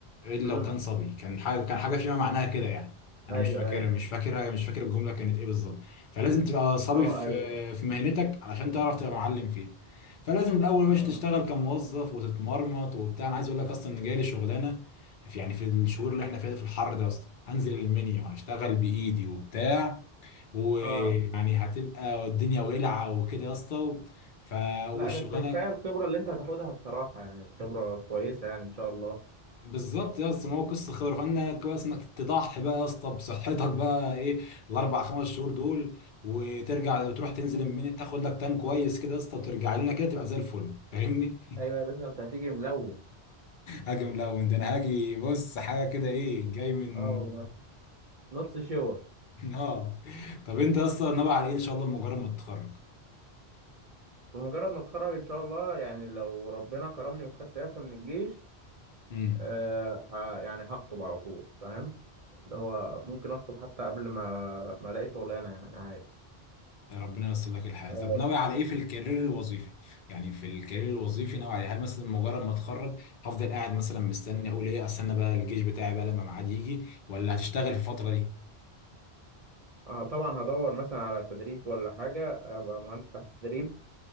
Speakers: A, on the left; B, on the right.
A: الا
B: امم
A: لو كان صبي كان حاجه كان حاجه فيما معناها كده يعني انا
B: ايوه
A: مش فاكرها
B: ايوه
A: مش فاكرها مش فاكر الجمله كانت ايه بالظبط فلازم تبقى صبي
B: اه
A: في
B: ايوه
A: في مهنتك علشان تعرف تبقى معلم فيها فلازم الاول
B: اه
A: باش تشتغل كموظف وتتمرمط وبتاع انا عايز اقول لك اصلا ان جاي لي شغلانه في يعني في الشهور اللي احنا فيها دي في الحر ده اصلا هنزل المنيا وهشتغل بايدي وبتاع ويعني
B: اه
A: هتبقى الدنيا ولعه وكده يا اسطى ف... والشغلانه
B: لا بس كفايه الخبره اللي انت هتاخدها بصراحه يعني الخبره كويسه يعني ان شاء الله
A: بالظبط يا اسطى ما هو قصه خبره فانا كويس انك تضحي بقى يا اسطى بصحتك بقى ايه الاربع خمس شهور دول وترجع تروح تنزل
B: مم.
A: المنيا تاخد لك تان كويس كده يا اسطى وترجع لنا كده تبقى زي الفل فاهمني؟
B: ايوه
A: <laughs>
B: يا باشا انت هتيجي ملون
A: هاجي من الاول ده انا هاجي بص حاجه كده ايه جاي من
B: اه والله نص شاور
A: <laughs> اه طب انت يا اسطى ناوي على ايه ان شاء الله مجرد ما تتخرج؟
B: بمجرد ما اتخرج ان شاء الله يعني لو ربنا كرمني وخدت اعفاء من الجيش
A: امم
B: آه، ه- يعني هخطب على طول فاهم اللي هو ممكن اخطب حتى قبل ما ما الاقي شغلانه يعني يعني عادي
A: يعني ربنا ييسر لك الحياة
B: آه،
A: طب ناوي على ايه في الكارير الوظيفي يعني في الكارير الوظيفي ناوي على إيه؟ هل مثلا مجرد ما اتخرج هفضل قاعد مثلا مستني اقول ايه استنى بقى الجيش بتاعي بقى لما ميعاد يجي ولا هتشتغل في الفترة دي
B: آه، طبعا هدور مثلا على تدريب ولا حاجه ابقى مهندس تحت تدريب